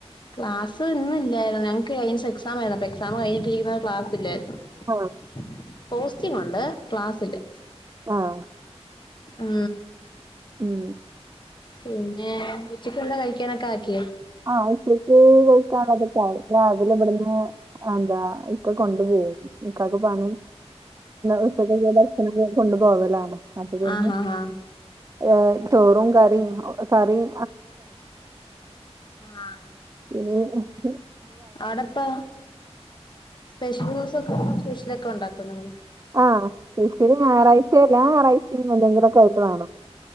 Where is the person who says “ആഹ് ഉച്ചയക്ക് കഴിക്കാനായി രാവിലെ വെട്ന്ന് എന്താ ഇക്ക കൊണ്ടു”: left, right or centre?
Right